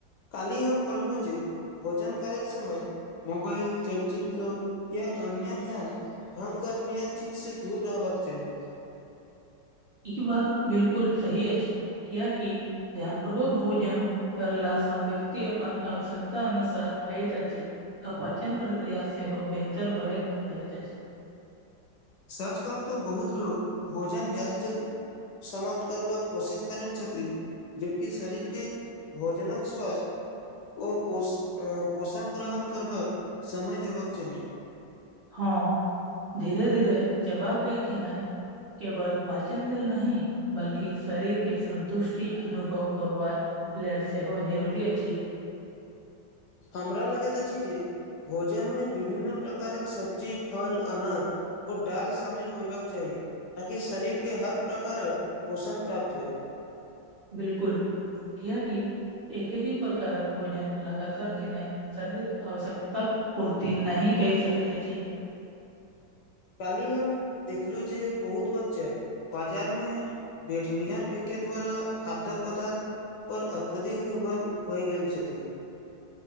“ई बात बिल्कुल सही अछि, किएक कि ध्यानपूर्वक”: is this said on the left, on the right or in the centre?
Right